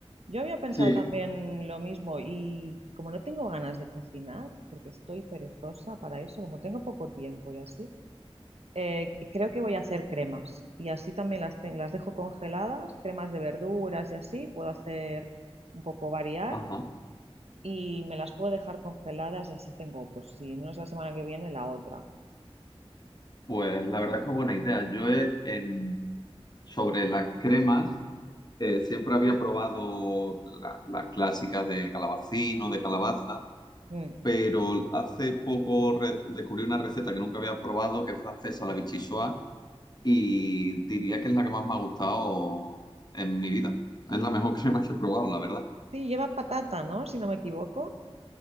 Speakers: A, on the right; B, on the left.
A: Yo había pensado
B: Sí.
A: también lo mismo y, y como no tengo ganas de cocinar, porque estoy perezosa para eso, como tengo poco tiempo y así, eh, creo que voy a hacer cremas y así también las, ten- las dejo congeladas, cremas de verduras y así, puedo hacer un poco variar
B: Ajá.
A: y me las puedo dejar congeladas y así tengo, pues si no es la semana que viene, la otra.
B: Pues la verdad es que buena idea. Yo he- en, sobre las cremas eh, siempre había probado la- las clásicas de calabacín o de calabaza
A: Mm.
B: pero hace poco re- descubrí una receta que nunca había probado, que es francesa, la vichyssoise, y diría que es la que más me ha gustado en mi vida. Es la mejor <laughs> crema que he probado, la verdad.
A: Sí, lleva patata, ¿no? Si no me equivoco.